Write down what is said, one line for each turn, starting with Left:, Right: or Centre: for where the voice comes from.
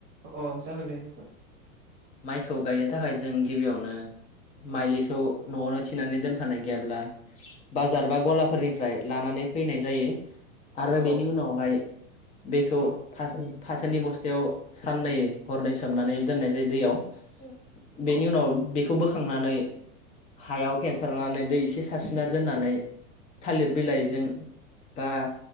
Right: अ जागोन दे नोंथां
Left: माइखौ गायनो थाखाय जों गिबियावनो माइलि खौ न'आवनो थिनानै दोनखानाय गैयाब्ला बाजार बा गलाफोरनिफ्राय लानानै फैनाय जायो। आरो
Right: औ
Left: बेनि उनावहाय बेखौ
Right: औ
Left: फाथो-फाथोनि बस्थायाव साननै हरनै सोमनानै दोननाय जायो दैयाव।
Right: औ
Left: बेनि उनाव बेखौ बोखांनानै हायाव फेनसारनानै दै एसे सारस्रिना दोननानै थालिर बिलाइजों बा